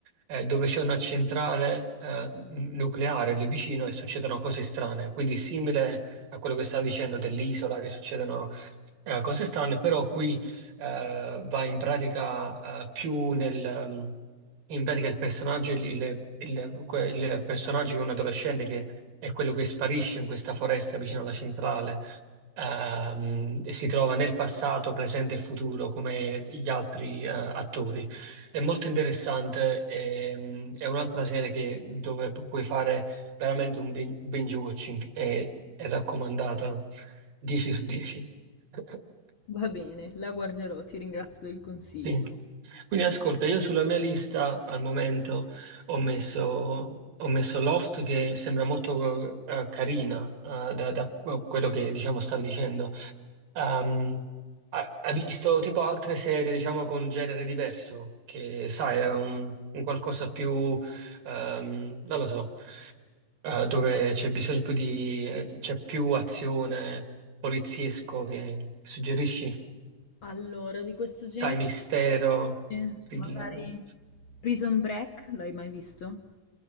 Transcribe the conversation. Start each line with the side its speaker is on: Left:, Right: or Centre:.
Right: eh, dove c'è una centrale eh, nucleare lì vicino e succedono cose strane. Quindi simile a quello che stavo dicendo dell'isola, che succedono eh, cose strane, però qui eh, va in pratica eh, più nel... mm, in pratica il personaggio, il, il- il- que- il personaggio che è un adolescente che è quello che sparisce in questa foresta vicino alla centrale ehm, si trova nel passato, presente e futuro come gli altri eh, attori. È molto interessante, ehm, è un'altra serie che, dove pu- puoi fare veramente un bin- binge watching, è, è raccomandata 10 su 10. <laughs>
Left: va bene, la guarderò, ti ringrazio del consiglio.
Right: Sì, quindi ascolta, io sulla mia lista al momento ho messo, ho messo Lost che sembra molto eh, carina eh, da, da quello che diciamo stavi dicendo. Ehm, ha, ha visto tipo altre serie, diciamo, con genere diverso, che sai, è un, un qualcosa più, ehm, non lo so, eh, dove c'è bisogno più di, eh, c'è più azione poliziesco che suggerisci,
Left: Allora, di questo genere,
Right: sai, mistero,
Left: eh,
Right: thriller.
Left: magari
Right: no?
Left: Prison Break, l'hai mai visto?